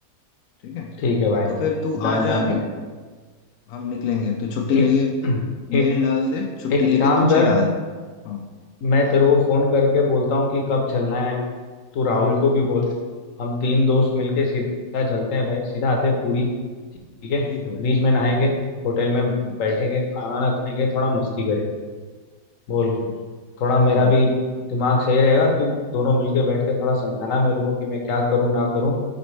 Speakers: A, on the left (about 70°); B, on the left (about 55°).
A: ठीक है
B: ठीक है भाई
A: तो फिर तू
B: डन
A: आ जा
B: डन
A: अभी
B: भाई
A: हम निकलेंगे तो छुट्टी लेके
B: एक
A: मेल
B: एक
A: डाल दे छुट्टी
B: एक
A: लेके
B: काम
A: तू
B: कर
A: चला आ रहा है। हाँ
B: मैं तेरे को फोन करके बोलता हूँ कि कब चलना है तू राहुल को भी
A: ठीक
B: बोल
A: है
B: हम तीन दोस्त मिलके सीधा चलते हैं भाई सीधा आते हैं पूरी ठीक है
A: ठीक है भाई
B: बीच में नहाएंगे
A: हाँ
B: होटल में
A: हाँ,
B: बैठेंगे खाना ना खाएंगे थोड़ा मस्ती करेंगे बोल
A: ठीक है भाई
B: थोड़ा मेरा
A: हाँ
B: भी दिमाग सही रहेगा तू दोनों मिलके बैठ के थोड़ा समझाना मेरे को कि मैं क्या करूँ ना करूँ